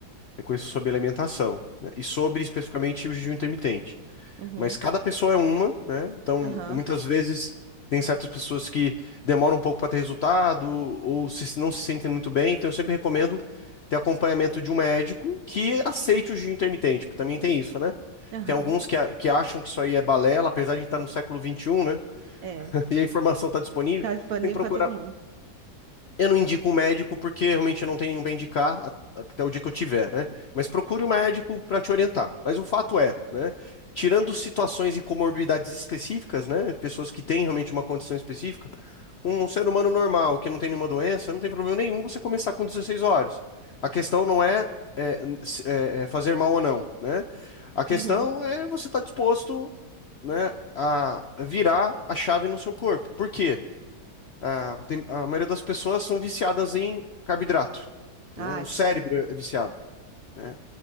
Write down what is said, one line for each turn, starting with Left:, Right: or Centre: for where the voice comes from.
Left: Eu conheço sobre alimentação, né? E sobre especificamente o jejum intermitente.
Right: Uhum.
Left: Mas cada pessoa é uma, né? Então,
Right: Aham.
Left: muitas vezes tem certas pessoas que demoram um pouco para ter resultado ou se, não se sentem muito bem. Então, eu sempre recomendo ter acompanhamento de um médico que aceite o jejum intermitente, porque também tem isso, né?
Right: Aham.
Left: Tem alguns que, a- que acham que isso aí é balela, apesar de a gente estar no século vinte e um, né?
Right: É.
Left: <laughs> E a informação está disponível.
Right: Tá disponível
Left: Tem que procurar
Right: para todo mundo.
Left: eu não indico um médico porque realmente eu não tenho nenhum para indicar a- até o dia que eu tiver, né? Mas procure um médico para te orientar. Mas o fato é, né? Tirando situações e comorbidades específicas, né? Pessoas que têm realmente uma condição específica, um ser humano normal que não tem nenhuma doença, não tem problema nenhum você começar com 16 horas. A questão não é, é, se- é, é, fazer mal ou não, né? A questão
Right: Uhum.
Left: é você estar disposto, né, a virar a chave no seu corpo. Por quê? Ah, tem- a maioria das pessoas são viciadas em carboidrato,
Right: Ai,
Left: né? O cérebro
Right: sim.
Left: é viciado, né?